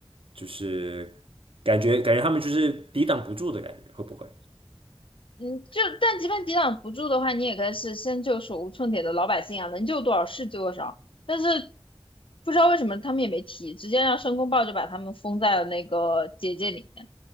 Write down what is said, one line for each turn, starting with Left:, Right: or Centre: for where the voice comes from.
Right: 就是感觉感觉他们就是抵挡不住的感觉，会不会？
Left: 嗯，就但即便抵挡不住的话，你也该是先救手无寸铁的老百姓啊，能救多少是救多少。但是不知道为什么他们也没提，直接让申公豹就把他们封在了那个结界里面。